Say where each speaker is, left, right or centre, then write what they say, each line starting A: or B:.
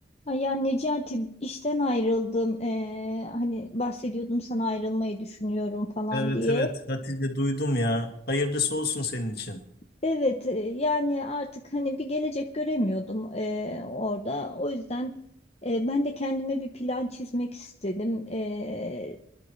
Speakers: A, on the left (about 35°); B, on the left (about 55°).
A: Ay ya Necati işten ayrıldım. Ee, hani bahsediyordum sana ayrılmayı düşünüyorum falan
B: Evet
A: diye.
B: evet Hatice duydum ya. Hayırlısı olsun senin için.
A: Evet e, yani artık hani bir gelecek göremiyordum e, orada. O yüzden e, ben de kendime bir plan çizmek istedim. E,